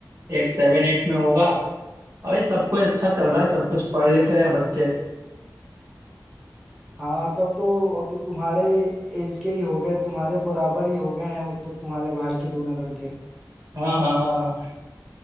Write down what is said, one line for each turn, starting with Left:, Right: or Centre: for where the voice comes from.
Right: एक सेवन एट में होगा अबे सब कुछ अच्छा चल रहा है सब कुछ पढ़ लिख रहे हैं बच्चे
Centre: हाँ तब तो अब तो तुम्हारे एज के ही हो गए तुम्हारे बराबर ही हो गए हैं वो तो तुम्हारे भाई के दोनों लड़के
Right: हाँ हाँ हाँ हाँ